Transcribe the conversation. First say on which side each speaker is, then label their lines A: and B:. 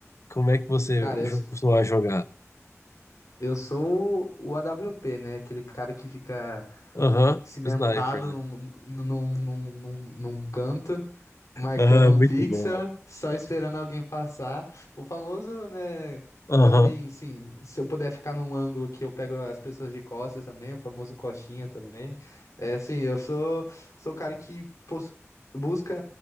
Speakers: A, on the left; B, on the left.
A: Como é que você
B: Cara, eu,
A: jo-
B: s-
A: costumava jogar?
B: eu sou o AWP, né? Aquele cara que fica
A: Aham,
B: cimentado
A: sniper, né?
B: num, num, num, num, num canto, marcando
A: Ah,
B: um
A: muito
B: pixel,
A: bom.
B: só esperando alguém passar. O famoso, né?
A: Aham,
B: Também, sim, se eu puder ficar num ângulo que eu pego as pessoas de costas também, o famoso coxinha também. É assim, eu sou, sou o cara que pos- busca